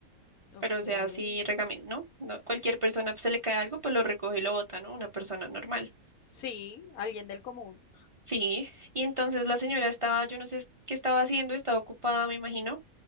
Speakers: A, on the left; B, on the right.
A: Ok.
B: Pero o sea,
A: S-
B: así regamen, ¿no? No, Cualquier persona pues, se le cae algo, pues lo recoge y lo bota, ¿no? Una persona normal.
A: Sí, alguien del común.
B: Sí, y entonces la señora estaba, yo no sé qué estaba haciendo, estaba ocupada, me imagino